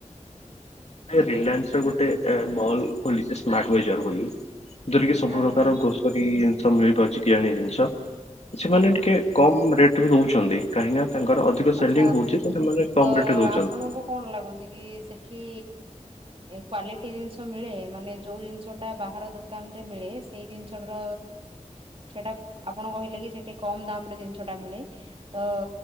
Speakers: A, on the left; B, on the right.
A: ଏ ରିଲାନ୍ସର ଗୋଟେ ଆ ମଲ୍ ଖୋଲିଚି ସ୍ମାଟୱେଜର ବୋଲି। ଯଉଥିରେ କିି ସବୁ
B: ଆ
A: ପ୍ରକାର
B: ହା ହା
A: ଗ୍ରୋସରୀ ଜିନିଷ ମିଳିପାରୁଚି କିରାଣୀ ଜିନିଷ। ସେମାନେ
B: ହୁଁ ହୁଁ
A: ଟିକେ
B: ହୁଁ
A: କମ ରେଟରେ ଦଉଛନ୍ତି କାହିଁକି ନା ତାଙ୍କର ଅଧିକ ସେଲିଂ
B: ଆଛା
A: ହଉଛି ତ ସେମାନେ କମ
B: ତ
A: ରେଟରେ ଦଉଛନ୍ତି
B: ଆପଣଙ୍କୁ କଣ ଲାଗୁଛି କି ଏଠି କ୍ଵାଲିଟି ଜିନିଷ ମିଳେ ମାନେ ଯୋଉ ଜିନିଷଟା ବାହାର ଦୋକାନ ରେ ମିଳେ ସେଇ ଜିନିଷଟାର ସେଟା ଆପଣ କହିଲେ କି ସେଠି କମ ଦାମ ରେ ଜିନିଷ ଟା ମିଳେ ତ